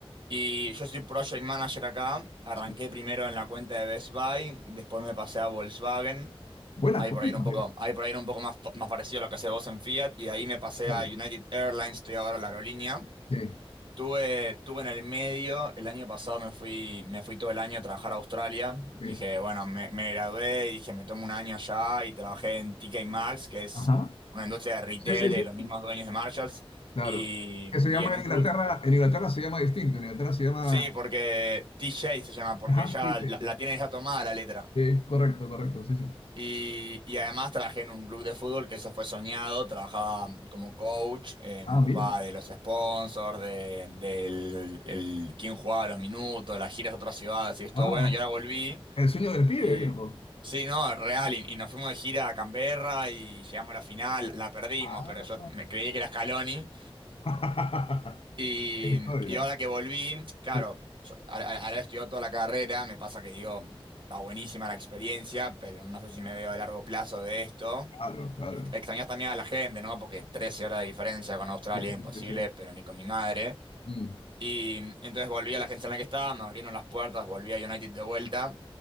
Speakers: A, on the right; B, on the left.
A: Y yo soy Project Manager acá. Arranqué
B: Sí.
A: primero en la cuenta de Best Buy, después me pasé a Volkswagen.
B: Buenas,
A: Ahí
B: cuéntame.
A: por ahí era un poco, ahí por ahí era un poco más, más parecido a lo que hace vos en Fiat. Y de ahí me pasé
B: Claro,
A: a United Airlines, estoy ahora en la aerolínea.
B: sí,
A: Tuve, tuve en el medio, el año pasado me fui, me fui todo el año a trabajar a Australia. Dije,
B: sí.
A: bueno, me, me gradué y dije, me tomo un año allá y trabajé en TK Maxx, que es
B: Ajá.
A: una industria de retail
B: Sí, sí,
A: de
B: sí.
A: los mismos dueños de Marshalls.
B: Claro.
A: Y,
B: Que se
A: y
B: llama
A: en un
B: en Inglaterra,
A: club.
B: en Inglaterra se llama distinto, en Inglaterra se llama
A: Sí, porque T J se llama, porque
B: Humpty
A: ya
B: Day.
A: la, la tiene ya tomada la letra.
B: Sí, correcto, correcto, sí, sí.
A: Y, y además trabajé en un club de fútbol que eso fue soñado, trabajaba como coach, eh,
B: Ah,
A: me ocupaba
B: mira.
A: de los sponsors, de, del el, quién jugaba los minutos, las giras a otras ciudades, y estuvo
B: Ah,
A: bueno, y ahora volví.
B: el sueño del pibe,
A: Y
B: viejo.
A: sí, no, es real, y, y nos fuimos de gira a Canberra y llegamos a la final, la perdimos,
B: Ah.
A: pero yo me creí que era Scaloni
B: <laughs>
A: Y,
B: Qué historia.
A: y ahora que volví, claro,
B: Sí,
A: yo ahora ahora he estudiado toda la carrera, me pasa que digo, está buenísima la experiencia, pero no sé si me veo a largo plazo de esto.
B: claro, claro.
A: Ex- Extrañas también a la gente, ¿no? Porque 13 horas de diferencia con Australia,
B: Sí, sí,
A: imposible,
B: sí, sí.
A: pero ni con mi madre.
B: Mm.
A: Y entonces volví a la agencia en la que estaba, me abrieron las puertas, volví a United de vuelta.